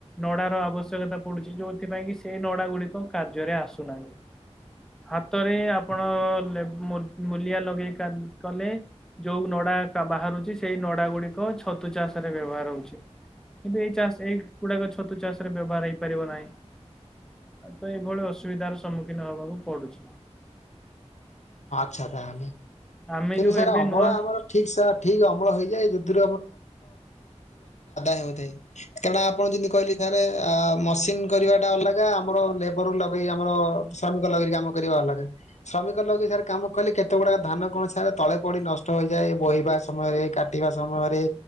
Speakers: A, in the centre; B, on the left.
A: ନଡାର ଆବଶ୍ୟକତା ପଡୁଛି, ଯୋଉଥିପାଇଁ କି ସେଇ ନଡା ଗୁଡିକ କାର୍ଯ୍ୟରେ ଆସୁନାହିଁ। ହାତରେ ଆପଣ ଲେବ୍ ମୂ ମୂଲିଆ ଲଗେଇ କା କଲେ ଯୋଉ ନଡା କା ବାହାରୁଛି, ସେଇ ନଡା ଗୁଡିକ ଛତୁ ଚାଷ ରେ ବ୍ୟବହାର ହଉଛି, କିନ୍ତୁ ଏଇ ଚାଷ ଏଇଗୁଡାକ ଛତୁ ଚାଷ ରେ ବ୍ୟବହାର ହେଇପାରିବ ନାହିଁ। ତ ଏଇଭଳି ଅସୁବିଧାର ସମ୍ମୁଖୀନ ହବାକୁ ପଡୁଛି।
B: ଆଚ୍ଛା ତାହେଲେ।
A: ଆମେ
B: କିନ୍ତୁ
A: ଯୋଉ
B: ସାର୍
A: ଏବେ
B: ଅମଳ
A: ନୂଆ
B: ଆମର ରେ ବ୍ୟବହାର ହଉଛି କିନ୍ତୁ ଏଇ ଚାଷ ଏଇଗୁଡାକ ଛତୁ ଚାଷ ରେ ବ୍ୟବହାର ହେଇପାରିବ ନାହିଁ। କାରଣ ଆପଣ ଯେମିତି କହିଲେ, ସାରେ ମସିନ କରିବା ଟା ଅଲଗା, ଆମର ଲେବର ଲଗେଇ ଆମର ଶ୍ରମିକ ଲଗରୀ କାମ କରିବା ଅଲଗା। ଶ୍ରମିକ ଲଗେଇ ସାରେ କାମ କଲେ କେତେ ଗୁଡାକ ଧାନ କୌଣସି ସ ତଳେ ପଡି ନଷ୍ଟ ହେଇଯାଏ ବୋହିବା ସମୟରେ, କାଟିବା ସମୟରେ।